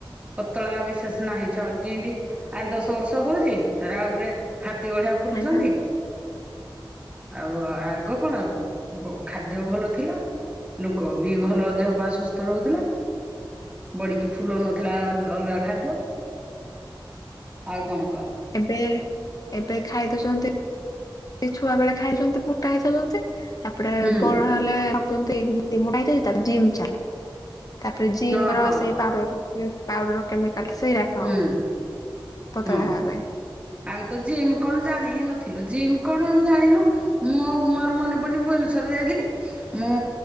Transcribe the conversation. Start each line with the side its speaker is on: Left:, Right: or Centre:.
Right: ପତଳା ବିଶେଷ ନାହିଁ ଛ- ଯେମତି ଆଠ ଦଶ ବର୍ଷ ହଉଛି ସେଟା ଗୁଟେ ହାତୀ ଭଳିିଆ ଫୁଲୁଛନ୍ତି।
Left: ଆଜ୍ଞା।
Right: ଆଉ ଆଗ କଣ ବ-ଖାଦ୍ୟ ଭଲ ଥିଲା। ଲୋକ ବି ଭଲ ଦେହ ପା ସୁସ୍ଥ ରହୁଥିଲା। ବଡିକି ଫୁଲଉ ନଥିଲା ଅଲ ଅଲଗା ଖାଦ୍ୟ। ଆଉ କଣ କହ?
Left: ଏବେ ଏବେ ଖାଇ ଦଉଚନ୍ତି। ଏଇ ଛୁଆ ବେଳେ ଖାଇଛନ୍ତି ମୁଟା ହେଇଯାଉଛନ୍ତି। ତାପରେ
Right: ହୁଁ।
Left: ବଡ ହେଲେ ଖାଉଚନ୍ତି ତି ମୁଟା ହେଇଯାଇ ତାକୁ ଜିମ୍ ଚାଲୁ, ତାପରେ ଜିମ୍
Right: ହଁ
Left: ର
Right: ହଁ
Left: ସେ
Right: ହଁ
Left: ପାଉଡର୍ ଏ ପାଉଡର କେମିକାଲ୍ ସେଇରା ଖାଅ
Right: ହୁଁ,
Left: ପତଳା
Right: ହଁ।
Left: ହେବା
Right: ଆମେ ତ ଜିମ୍ କଣ ଜାଣି ହିଁ ନଥିଲୁ। ଜିମ୍ କଣ ଆମେ ଜାଣିନୁ। ମୁଁ ଆଉ ମୋର ମନେ ପଡିଚି ଭୁବନେଶ୍ଵର ଯାଇଥିଲି। ମୁଁ